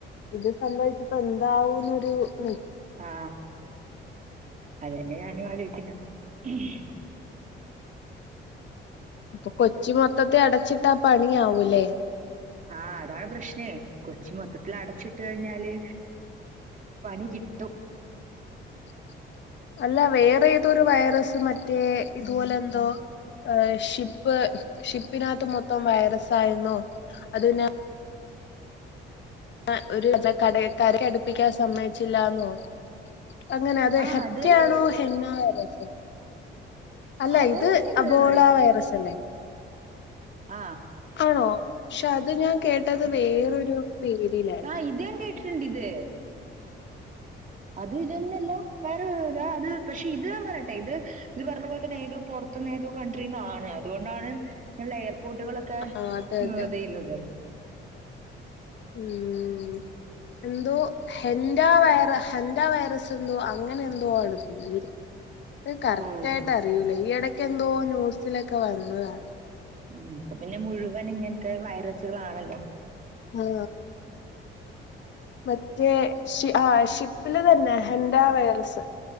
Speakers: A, on the left; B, on the right.
A: ഇത് <inaudible> പ്പന്താവൂന്നൊരു ഉം
B: ആ, അതെന്നാ ഞാനു ആലോയ്ക്കിന്ന <unintelligible>
A: അപ്പൊ കൊച്ചി മൊത്തത്തി അടച്ചിട്ടാ പണിയാവൂലേ
B: ആ അതാണ് പ്രശ്നേ കൊച്ചി മൊത്തത്തിൽ അടച്ചിട്ട് കഴിഞ്ഞാല് പണി <unintelligible>
A: <inaudible> അല്ല വേറെ എന്തോ ഒരു വൈറസ് മറ്റേ ഇതുപോലെ എന്തോ ഏ ഷിപ്പ് ഷിപ്പിനാത്ത് മൊത്തം വൈറസ് ആയിര്ന്നോ? അത് പിന്ന അ ഒര്. <unintelligible> കരയടുപ്പിക്കാൻ സമ്മയ്ച്ചില്ലാന്നോ? അങ്ങനത്
B: ആഹ്
A: ഹെറ്റ്യാണോ
B: അത് തന്നെ
A: <unintelligible> അല്ല
B: അത്
A: ഇത്
B: തന്നെയല്ലേ
A: അബോള
B: ഇതെന്ന്
A: വൈറസ് അല്ലേ
B: ആ
A: അണോ? ക്ഷെ അത് ഞാ കേട്ടത് വേറൊരു പേരിലായിരുന്നു
B: ആ ഇതാൻ കേട്ടിട്ട്ണ്ടിത്. അത് ഇതെന്നല്ല <unintelligible> പക്ഷെ ഇത് ഞാമ്പറയട്ടെ ഇത് ഇത് പറഞ്ഞ പോൽ തന്നെ ഏതോ പൊറ ത്തുന്നേതോ കൺട്രീന്നാണ് അതു കൊണ്ടാണ് ങ്ങനള്ള എയർപോർട്ടുകള് ക്കേ
A: ആ അതെ
B: <unintelligible>
A: അതെ ഉം എന്തോ ഹെന്റാ വൈറ ഹെന്റാ വൈറസ് എന്തോ അങ്ങനെ എന്തോ ആണ് പേര് കറക്റ്റായിട്ട്
B: ഓഹ്
A: അറിയൂല ഈ എടക്കെന്തോ ന്യൂസിലൊക്കെ വന്നതാണ്
B: ഉം ഇപ്പ പിന്നെ മുഴുവൻ ഇങ്ങനത്തെ വൈറസുകളണല്ലോ
A: ഹലോ മറ്റേ ഷി ആഹ്‌ ഷിപ്പില് തന്നെ ഹെന്റാ വൈറസ്